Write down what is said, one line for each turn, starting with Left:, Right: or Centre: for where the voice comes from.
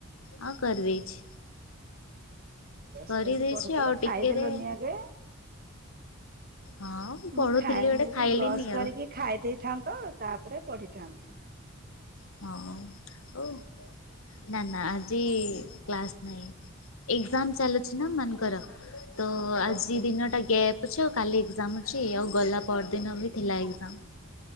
Left: ହଁ କରିଦେଇଛି।
Right: ବ୍ରଶ
Left: କରିଦେଇଛି
Right: କରିକି ପଢୁଥିଲ
Left: ଆଉ
Right: ଖାଇଦେଲନି
Left: ଟିକେରେ
Right: ଆଗେ।
Left: ହଁ ପଢୁଥିଲି
Right: ମୁଁ ଖାଏ,
Left: ଗୋଟେ
Right: ମୁଁ କହିଲି
Left: ଖାଇଲିନି
Right: ବ୍ରସ
Left: ଆଉ
Right: କରିକି ଖାଇଦେଇଥାନ୍ତ ତାପରେ ପଢ଼ିଥାନ୍ତ।
Left: <unintelligible> ନା ନା ଆଜି କ୍ଲାସ ନାହିଁ। ଏଜ୍ଜାମ୍ ଚାଲୁଚି ନା ଏମାନଙ୍କର। ତ ଆଜି
Right: ଓହୋ
Left: ଦିନଟା ଗେପ୍ ଅଛି। ଆଉ କାଲି ଏଜ୍ଜାମ୍ ଅଛି। ଆଉ ଗଲା ପରଦିନ ବି ଥିଲା ଏଜ୍ଜାମ୍।